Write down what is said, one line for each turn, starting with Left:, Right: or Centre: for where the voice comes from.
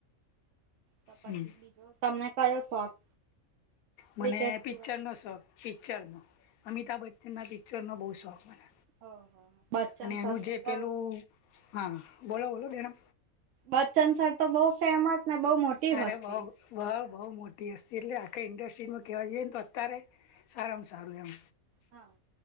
Right: તો પછી
Left: હમ
Right: બીજું તમને ક્યો શોખ? ક્રિકેટ
Left: મને
Right: સિવાય?
Left: પિક્ચરનો શોખ પિક્ચરનો અમિતાભ બચ્ચનના પિકચર. ચ્રણનો બહુ શોખ મને.
Right: હ હ બચ્ચંચ
Left: અને એનું જે પેલું
Right: કહ. <unintelligible>
Left: હા બોલો બોલો બેેડ.
Right: બચ્ચનસર તો બહુ ફેમસ ને બહુ મોટી
Left: અરે
Right: હસ્તી.
Left: બઉ બહ બઉુ મોટી હસ્તી એટલે આખા ઇન્ડસ્ટ્રીમાં કેવા જઈએ ને તો અત્યારે સારમ સારું એમ.
Right: હા